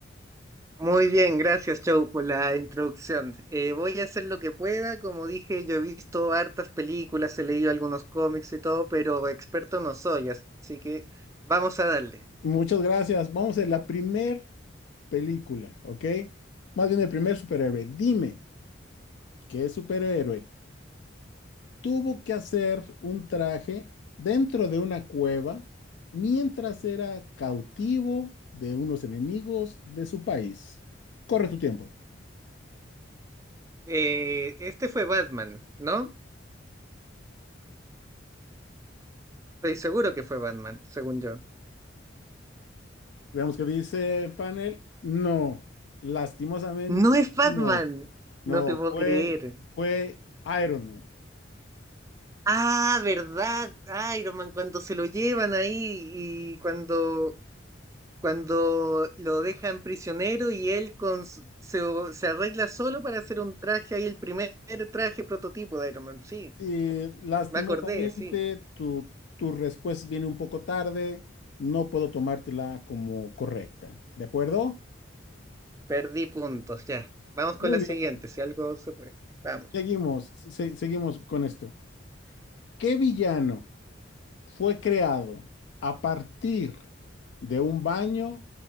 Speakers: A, on the right (about 15°); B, on the left (about 65°).
A: Muy bien, gracias, Joe, por la introducción. Eh, voy a hacer lo que pueda. Como dije, yo he visto hartas películas, he leído algunos cómics y todo, pero experto no soy, as- así que vamos a darle.
B: Muchas gracias. Vamos a la primer película, ¿ok? Más bien el primer superhéroe. Dime, ¿qué superhéroe tuvo que hacer un traje dentro de una cueva mientras era cautivo de unos enemigos de su país. Corre tu tiempo.
A: Eh, este fue Batman, ¿no? Estoy seguro que fue Batman, según yo.
B: Veamos qué dice el panel. No, lastimosamente
A: No es Batman,
B: no. No,
A: no te puedo
B: fue,
A: creer.
B: fue Iron Man.
A: Ah, ¿verdad? Iron Man, cuando se lo llevan ahí y cuando cuando lo dejan prisionero y él con, su- se, o- se arregla solo para hacer un traje ahí, el primer traje prototipo de Iron Man. Sí,
B: Sí, lastimosamente
A: me acordé, sí,
B: tu, tu respuesta viene un poco tarde. No puedo tomártela como correcta. ¿De acuerdo?
A: perdí puntos, ya. Vamos con
B: Muy
A: la
B: bien,
A: siguiente, si algo se puede. Vamos.
B: seguimos, se- seguimos con esto. ¿Qué villano fue creado a partir de un baño